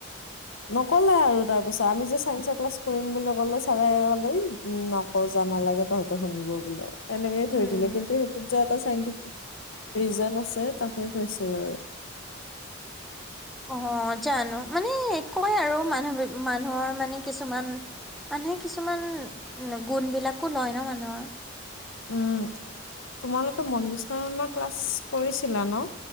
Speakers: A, on the left; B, in the centre.
A: নকলে আৰু তাৰ পিছত আমি যে চাইন্সৰ ক্লাছ কৰিম বুলি কলে চাৰে হলে উ নক যা ইমান ভাল লাগে তহঁতে শুনিব বোলে এনেকেই
B: উম।
A: থৈ দিলে কিন্তু সেইটোত যে এটা চাইণ্টিফিক ৰিজন আছে তাকে কৈছিল আৰু
B: অ জানো মানে কয় আৰু মানুহ মানুহৰ মানে কিছুমান মানুহে কিছুমান গুণ বিলাকো লয় ন মানুহৰ
A: উম তোমালোকে মনজুশৰ্মা
B: উম
A: ক্লাছ কৰিছিলা ন?